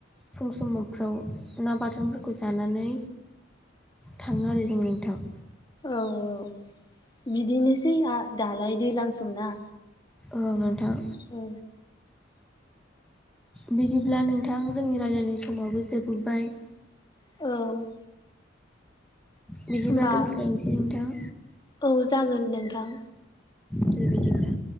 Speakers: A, in the centre; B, on the left.
A: फुं समाव माव ना बाथोनफोरखौ जानानै थाङो आरो जों नोंथाव
B: औ औ बिदिनोसै दालाय दैज्लां समना
A: औ नोंथां
B: औ
A: बिदिब्ला नोंथां जोंनि रायलायनाय समावबो जोबोबाय
B: औ
A: बिदिबा
B: होमबा
A: दोनथ'नोसै नोंथां
B: औ जागोन नोंथां
A: दे बिदिब्ला